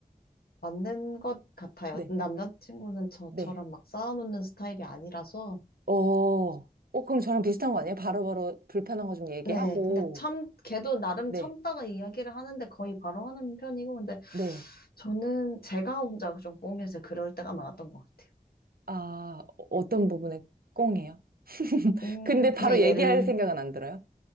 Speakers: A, on the left; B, on the right.
A: 맞는 것 같아요.
B: 네,
A: 남자친구는 저처럼
B: 네.
A: 막 쌓아놓는 스타일이 아니라서.
B: 어, 어, 그럼 저랑 비슷한 거 아니에요? 바로바로 불편한 거 좀 얘기하고,
A: 네, 근데 참, 걔도 나름
B: 네,
A: 참다가 이야기를 하는데 거의 바로 하는 편이고, 근데
B: 네.
A: 저는 제가 혼자 좀 꽁해서 그럴 때가 많았던 것 같아요.
B: 아, 어떤 부분에 꽁이에요? <laughs>
A: 음,
B: 근데 바로
A: 그러니까
B: 얘기할
A: 얘를
B: 생각은 안 들어요?